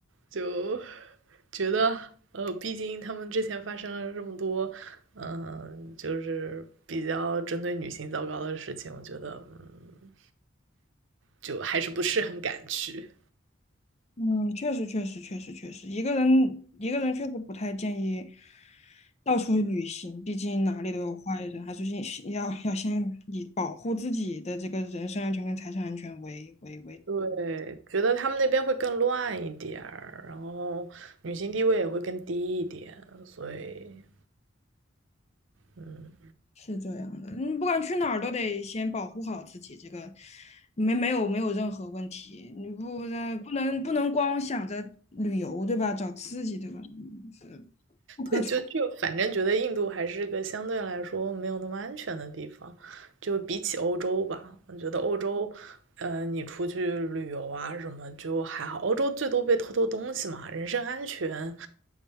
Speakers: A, on the right (about 70°); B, on the left (about 35°).
A: 就觉得呃，毕竟他们之前发生了这么多，嗯、就是比较针对女性糟糕的事情，我觉得嗯，就还是不是很敢去。
B: 嗯，确实，确实，确实，确实，一个人一个人确实不太建议到处旅行，毕竟哪里都有坏人，还是先先要要先以保护自己的这个人身安全跟财产安全为为为，
A: 对，觉得他们那边会更乱一点儿，然后女性地位也会更低一点，所以，嗯，
B: 是这样的。你不管去哪儿都得先保护好自己，这个没没有没有任何问题。你不呃不能不能光想着旅游，对吧？找刺激，对吧？嗯是不可取。
A: 对，就就反正觉得印度还是个相对来说没有那么安全的地方，就比起欧洲吧，我觉得欧洲，呃，你出去旅游啊什么就还好，欧洲最多被偷偷东西嘛，人身安全